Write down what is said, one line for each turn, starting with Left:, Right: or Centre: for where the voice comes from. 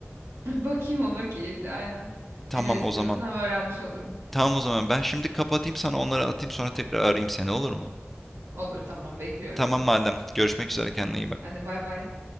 Right: <laughs> Bakayım olur keyifli aynen.
Centre: Tamam
Right: Neler istiyorsun
Centre: o zaman.
Right: hem öğrenmiş olurum.
Centre: Tamam o zaman ben şimdi kapatayım sana onları atayım sonra tekrar arayayım seni olur mu?
Right: Olur tamam bekliyorum
Centre: Tamam
Right: hadi.
Centre: madem. Görüşmek üzere kendine iyi bak.
Right: Hadi bay bay.